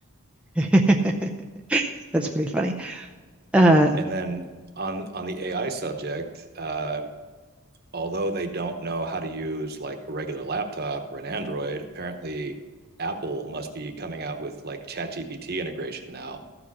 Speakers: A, in the centre; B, on the right (about 45°).
A: <laughs> That's pretty funny. Uh,
B: And then on on the AI subject, uh, although they don't know how to use like a regular laptop or an Android, apparently Apple must be coming out with like ChatGPT integration now.